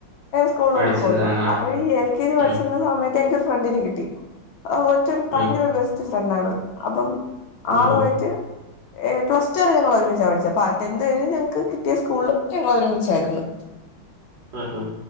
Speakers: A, on the left; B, on the right.
A: സ്കൂളിലൊന്നും
B: പഠിച്ചത്
A: പോയില്ല
B: ആ ആ
A: അപ്പോ ഈ എൽ കെ ജി പഠിക്കുന്ന
B: ഉം,
A: സമയത്ത് എനിക്ക് ഒരു ഫ്രണ്ടിനെ കിട്ട ഒറ്റൊരു ഭയങ്കര
B: ഉം.
A: ഒരു ബെസ്റ്റ് ഫ്രണ്ട് ആണ് അപ്പം
B: ഉം
A: ആളുവായിറ്റ്
B: ഉം
A: പ്ലസ്സ്ടു വരെ ഞങ്ങൾ ഒരുമിച്ചാ പഠിച്ചെ ടെൻത് കഴിഞ്ഞ് ഞങ്ങൾക്ക് കിട്ടിയ സ്കൂളും ഞങ്ങൾ ഒരുമിച്ചായിരുന്നു
B: ഉം ഉം